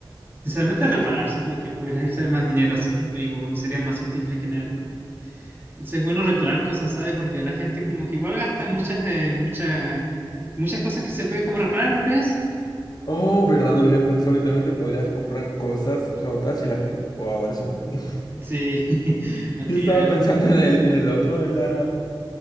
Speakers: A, on the right; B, on the left.
A: Sinceramente, reparar, siento que podría <laughs> ser más dinero así, pero igual, y sería más útil en general. Como... Es bueno reparar cosas, ¿sabes? Porque la gente como que igual gasta muchas, eh, muchas, muchas cosas que se pueden como reparar, ¿no crees?
B: Oh, verdad, no lo había pensado. Literalmente podrías comprar cosas rotas y las re... Oh, ahora es un genio.
A: Sí, <laughs>
B: <laughs>
A: ok.
B: Yo estaba
A: al-
B: pensando en el, en el otro de la